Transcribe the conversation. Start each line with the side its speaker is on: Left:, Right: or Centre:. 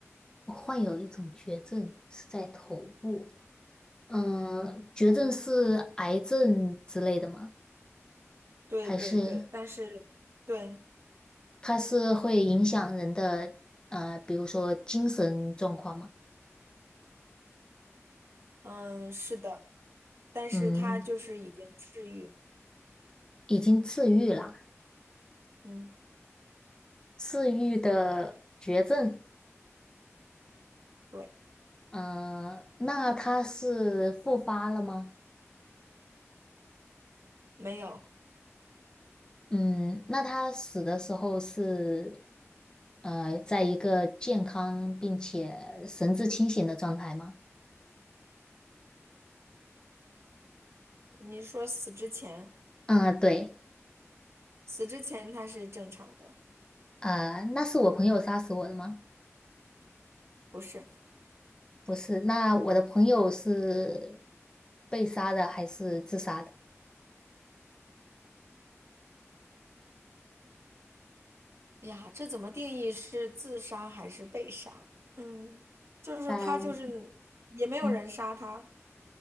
Left: 我患有一种绝症是在头部，嗯，绝症是癌症之类的吗？
Right: 对对对，
Left: 还是
Right: 但是对，
Left: 它是会影响人的呃，比如说精神状况吗？
Right: 嗯，是的，但是他就是已经治愈。
Left: 嗯，已经治愈了，
Right: 嗯，
Left: 治愈的绝症。
Right: 对，
Left: 嗯，那他是复发了吗？
Right: 没有。
Left: 嗯，那他死的时候是，呃，在一个健康并且神志清醒的状态吗？
Right: 你说死之前，
Left: 嗯，对，
Right: 死之前他是正常的，
Left: 啊，那是我朋友杀死我的吗？
Right: 不是？
Left: 不是，那我的朋友是被杀的还是自杀的？
Right: 哎呀，这怎么定义是自杀还是被杀？嗯，就是他就是
Left: 但，
Right: 也没有人杀他。
Left: 嗯，